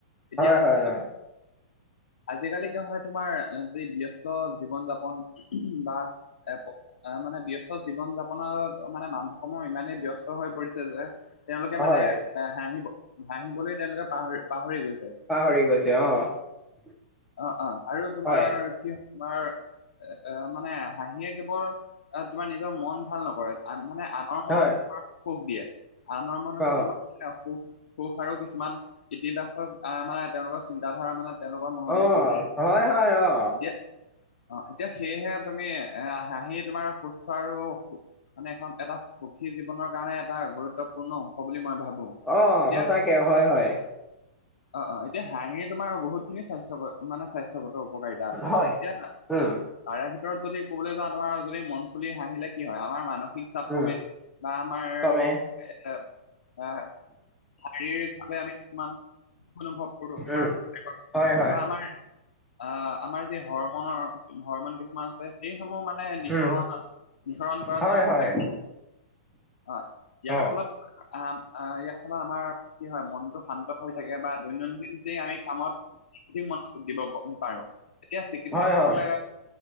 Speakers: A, on the left; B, in the centre.
A: এতিয়া
B: হয় হয় অ
A: আজিকালি কি হয় তোমাৰ, যি ব্যস্ত জীৱন যাপন বা এ <unintelligible> মানে ব্যস্ত জীৱন যাপনত মানে মানুহ সমূহ ইমানেই ব্যস্ত হৈ পৰিছে যে, তেওঁলোকে মানে
B: হয়
A: এ হাঁহিব, হাঁহিবলৈ তেওঁলোকে পাহৰি-পাহৰি গৈছে।
B: পাহৰি গৈছে, অ'।
A: অ', অ', আৰু তোমাৰ
B: হয়
A: কি হয় তোমাৰ, এ মানে হাঁহিয়ে কেৱল তোমাৰ নিজৰ মন ভাল নকৰে। আন মানে আনৰ মনতো
B: হয়
A: তাক সুখ দিয়ে, আনৰ মনতো
B: অ
A: তোমাক সুখ, সুখ আৰু কিছুমান ইতিবাচক আহ মানে তেওঁলোকৰ চিন্তা ধাৰা মানে তেওঁলোকৰ মনলি
B: অ
A: <unintelligible>
B: হয় হয় অ
A: এতিয়া অ', এতিয়া সেয়েহে তুমি, এ হাঁহি তোমাৰ সুস্থ আৰু মানে এখন, এটা সুখী জীৱনৰ কাৰণে এটা গুৰুত্বপূৰ্ণ অংশ বুলি মই ভাবো।
B: অ',
A: এতিয়া
B: সচাকে হয়, হয়।
A: অ', অ', এতিয়া হাঁহি তোমাৰ বহুত খিনি স্বাস্থ্যক মানে, স্বাস্থ্যত উপকাৰিতা আছে। এতিয়া,
B: হয় উম
A: তাৰে ভিতৰত, যদি ক'বলৈ যোৱা, তোমাৰ যদি মন খুলি হাঁহিলে কি হয়? আমাৰ মানুহ <unintelligible>
B: উম
A: বা আমাৰ
B: কমে
A: এ, আঁ শাৰীৰিক ভাৱে, আমি কিছুমান, সুখ অনুভৱ কৰোঁ
B: উম
A: বা <unintelligible>
B: হয় হয়
A: ধৰা, আমাৰ আঁ আমাৰ যি, হ'ৰমনৰ হ'ৰমন কিছুমান আছে, সেইসমূহ মানে, নিহৰণত,
B: উম
A: নিহৰণ কৰাত
B: হয়
A: মানে, সেইবিলাক
B: হয়
A: অ'! ইয়াৰ
B: অ
A: ফলত আঁ আঁ ইয়াৰ ফলত, আমাৰ কি হয়, মনটো শান্ত হৈ থাকে! বা দৈনন্দিন যে, আমি কামত সেই মনতো দিব পাৰোঁ। তেতিয়া, চিকিৎসকসকলে
B: হয় হয়